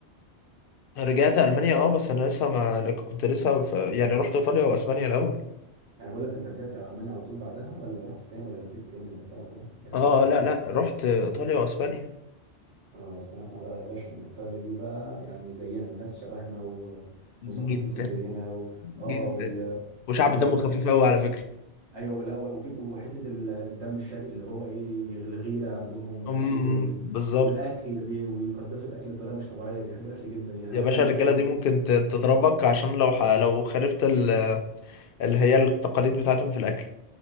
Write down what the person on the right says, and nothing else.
يعني بقول لك انت رجعت على المانيا على طول بعدها ولا رحت تاني ولا لفيت تاني انا بسالك اهو يعني
انت رحت
فين
تاني؟
اه بس انا اسمع بقى يا باشا ان ايطاليا دي بقى يعني زينا الناس شبهنا و...
وثقافتهم زينا و...
اه وال...
واللي هو
ايوه ولا وفي- وحته ال- الدم الشرقي اللي هو ايه بيغ- الغيره عندهم وحته
ال...
والاكل بي... بيقدسوا الاكل بطريقه مش طبيعيه بيحبوا الاكل جدا يعني
مثلا
انت لو جبت